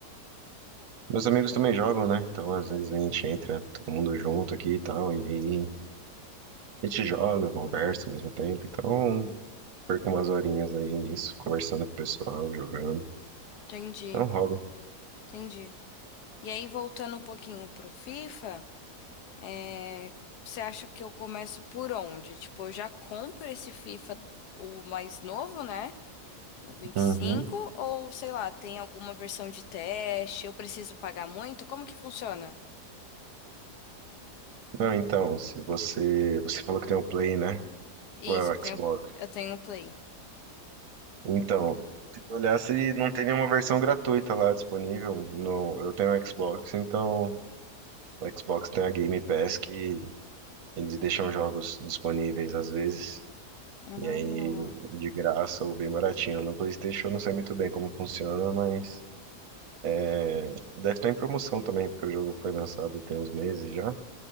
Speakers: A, on the right; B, on the left.
A: Meus amigos também jogam, né? Então, às vezes a gente entra todo mundo junto aqui e tal, e a gente joga, conversa ao mesmo tempo. Então, perco umas horinhas aí nisso, conversando com o pessoal, jogando.
B: Entendi,
A: É um hobby.
B: entendi. E aí, voltando um pouquinho pro FIFA. É, você acha que eu começo por onde? Tipo, eu já compro esse FIFA, o mais novo, né? O vinte
A: Uhum.
B: e cinco? ou sei lá, tem alguma versão de teste? Eu preciso pagar muito? Como que funciona?
A: Não, então, se você. Você falou que tem um Play, né?
B: Isso,
A: Ou é o
B: eu tenho,
A: Xbox?
B: eu tenho Play.
A: Então, se tu olhar se não tem nenhuma versão gratuita lá disponível. No... Eu tenho o Xbox, então. O Xbox tem a Game Pass que eles deixam jogos disponíveis às vezes.
B: Ah,
A: E aí, de graça ou bem baratinho. No PlayStation eu não sei muito bem como funciona, mas é, deve estar em promoção também, porque o jogo foi lançado tem uns meses já.